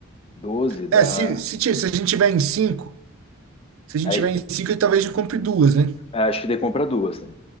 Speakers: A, on the left; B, on the right.
A: 12 dá.
B: É, se, se, ti- se a gente tiver em 5 se a gente
A: Aí,
B: tiver em 5, talvez a gente compre duas, né?
A: acho que daí compra duas, né?